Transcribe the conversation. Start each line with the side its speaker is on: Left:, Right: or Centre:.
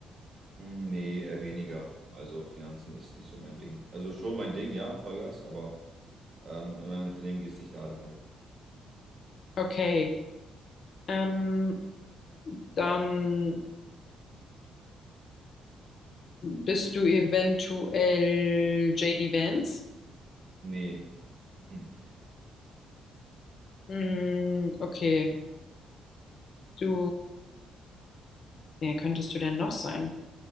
Right: Hm, Nee, eher weniger. Also, Finanzen ist nicht so mein Ding. Also, schon mein Ding, ja, Vollgas, aber ähm, in meinem Unternehmen geht es nicht darum.
Left: Okay. Ähm, dann bist du eventuell JD Vance.
Right: Nee. <laughs>
Left: Mm, okay. Du, wer könntest du denn noch sein?